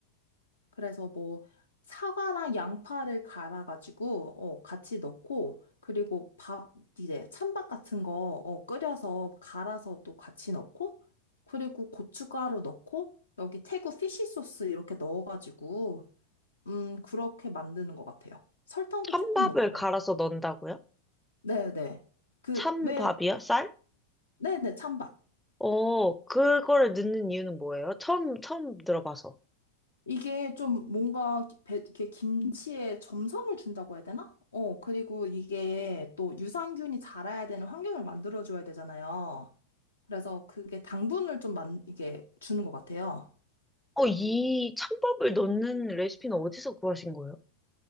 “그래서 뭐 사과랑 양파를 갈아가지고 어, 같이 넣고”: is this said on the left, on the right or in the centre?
Left